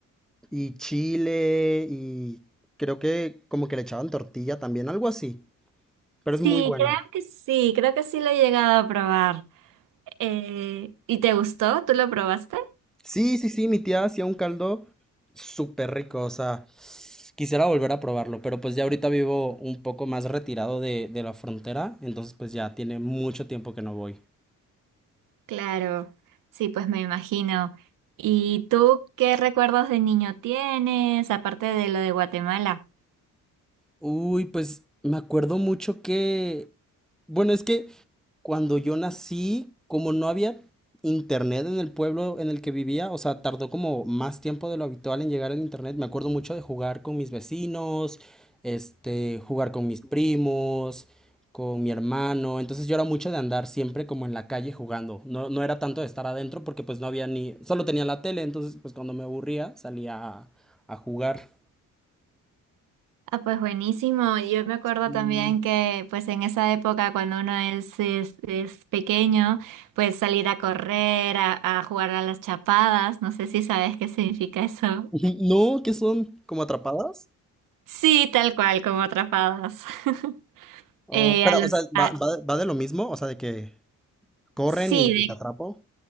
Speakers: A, in the centre; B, on the right.
A: y chile y creo que como que le echaban tortilla también, algo así, pero es
B: Sí,
A: muy bueno.
B: creo que sí, creo que sí lo he llegado a probar. Eh, ¿y te gustó? ¿Tú lo probaste?
A: Sí, sí, sí, mi tía hacía un caldo súper rico, o sea, quisiera volver a probarlo, pero pues ya ahorita vivo un poco más retirado de, de la frontera, entonces pues ya tiene mucho tiempo que no voy.
B: Claro, sí, pues me imagino. ¿Y tú qué recuerdos de niño tienes, aparte de lo de Guatemala?
A: Uy, pues me acuerdo mucho que, bueno, es que Cuando yo nací, como no había internet en el pueblo en el que vivía, o sea, tardó como más tiempo de lo habitual en llegar el internet. Me acuerdo mucho de jugar con mis vecinos, este, jugar con mis primos, con mi hermano. Entonces yo era mucho de andar siempre como en la calle jugando. No, no era tanto de estar adentro porque pues no había ni, solo tenía la tele, entonces pues cuando me aburría salía a, a jugar.
B: Ah, pues buenísimo. Yo me acuerdo
A: Mm.
B: también que pues en esa época cuando uno es, es, es pequeño, pues salir a correr, a, a jugar a las chapadas, no sé si sabes qué significa eso.
A: <laughs> No, ¿qué son? ¿Como atrapadas?
B: Sí, tal cual, como atrapadas. <laughs>
A: Oh,
B: Eh,
A: pero,
B: a los,
A: o sea,
B: a-
A: ¿va, va, va de lo mismo? O sea, de que Corren
B: sí,
A: y, y
B: de,
A: te atrapo.